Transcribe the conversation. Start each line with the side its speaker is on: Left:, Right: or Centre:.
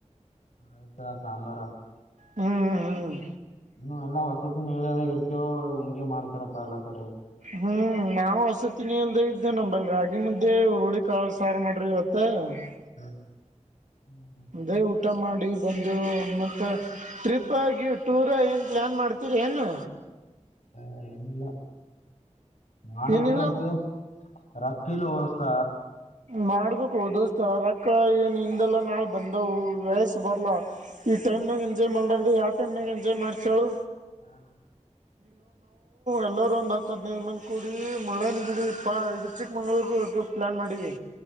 Left: ಆಯ್ತು ಸಾಂಬಾರಾ ಅನ್ನ.
Right: ಹ್ಮ್ ಹ್ಮ್ ಹ್ಮ್
Left: ಹ ಎಲ್ಲಾ ವಸತಿ ನಿಲಯದಲ್ಲಿ ಇರ್ತೇವ ಹಿಂಗೆ ಮಾಡ್ತಾರಪ್ಪಾ ಎಲ್ಲಾ ಕಡೆ.
Right: ಹ್ಮ್ ನಾವು ವಸತಿ ನಿಲಯದಲ್ಲಿ ಇದ್ದ ನಂಬಲ್ಲಿ ರಾಗಿ ಮದ್ದೆ ಹುರುಳಿ ಕಾಳು ಸಾರು ಮಾಡ್ಯಾರ ಇವತ್ತು. <unintelligible>
Left: ಹಾ ಹ್ಮ್ ಹ್ಮ್
Right: ಅದೇ ಊಟ ಮಾಡಿ ಬಂದು ಮತ್ತ. ಟ್ರಿಪ್ ಆಗಿ ಟೂರ ಏನ್ ಪ್ಲ್ಯಾನ್ ಮಾಡ್ತೀರ ಏನು.
Left: ಹಾ ಏನಿಲ್ಲ. ಮಾಡ್ಬೇಕಂತ
Right: ಏನಿಲ್ಲ
Left: ರೊಕ್ಕಿಲ್ಲ ದೋಸ್ತ.
Right: ಮಾಡ್ಬೇಕ ಹೋ ದೋಸ್ತ ರಕ್ಕ ಏನ್ ಹಿಂದೆಲ್ಲಾ ನಾಳೆ ಬಂದವು ವಯಸ್ ಬರ್ಲ. ಈ ಟೈಮ್ನಾಗ ಎಂಜಾಯ್ ಮಾಡ್ಲರ್ಡೆ ಯಾವ ಟೈಮ್ ನಾಗ ಎಂಜಾಯ್ ಮಾಡ್ತಿ ಹೇಳು.
Left: ಹಾ.
Right: ಎಲ್ಲರ ಒಂದ ದ್ನೇದು ಮಂದ ಕೂಡಿ ಮುಳ್ಳಯ್ಯನಗಿರಿ ನಿದವಿ ಇದು ಚಿಕ್ಕಮಂಗ್ಳೂರ ಗೆ ಪ್ಲ್ಯಾನ್ ಮಾಡಿವಿ.